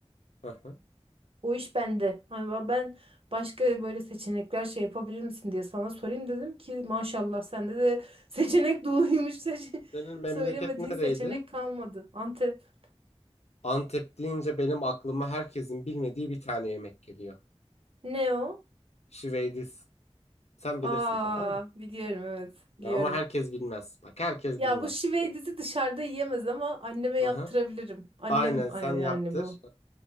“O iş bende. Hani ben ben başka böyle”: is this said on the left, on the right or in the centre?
Right